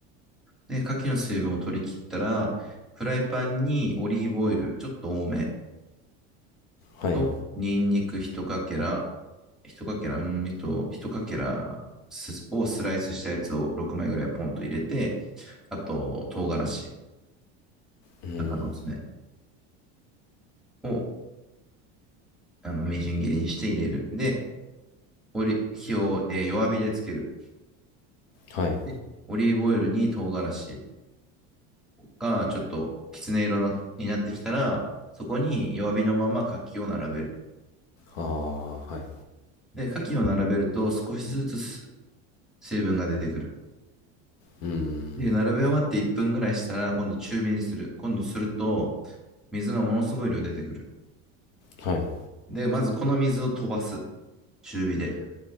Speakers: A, in the centre; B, on the left (about 75°).
A: で、牡蠣の水分を取り切ったら、フライパンにオリーブオイル、ちょっと多め
B: はい、
A: と、
B: はい。
A: ニンニク一かけら、一かけら、うん、一、一かけらすをスライスしたやつを6枚ぐらいポンと入れて、あと、唐辛子、
B: うん、
A: 鷹の爪をあの、みじん切りにして入れる。で、オリ火を、えー弱火でつける。
B: はい。
A: で、オリーブオイルに唐辛子がちょっときつね色なになってきたら、そこに弱火のまま牡蠣を並べる。
B: ああ、はい。
A: で、牡蠣を並べると少しずつす水分が出てくる。
B: うん、
A: で、並べ終わって1分ぐらいしたら、今度中火にする。今度すると、水がものすごい量出てくる。
B: はい。
A: で、まずこの水を飛ばす。中火で。